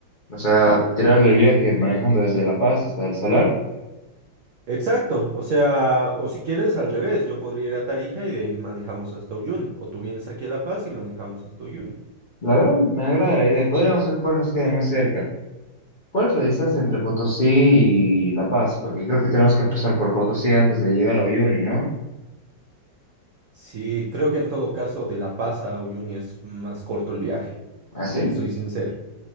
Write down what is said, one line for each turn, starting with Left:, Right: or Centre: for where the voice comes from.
Left: O sea, tirarle el viaje manejando desde La Paz hasta El Salar.
Right: Exacto, o sea, o si quieres al revés, yo podría ir a Tarija y de ahí manejamos hasta Uyuni, o tú vienes aquí a La Paz y manejamos hasta Uyuni.
Left: La verdad, me agrada la idea. Podríamos ver cuál nos queda más cerca. ¿Cuál es la distancia entre Potosí y La Paz? Porque creo que tenemos que pasar por Potosí antes de llegar a Uyuni, ¿no?
Right: Sí, creo que en todo caso de La Paz a Uyuni es más corto el viaje,
Left: ¿Ah, sí?
Right: si te soy sincero.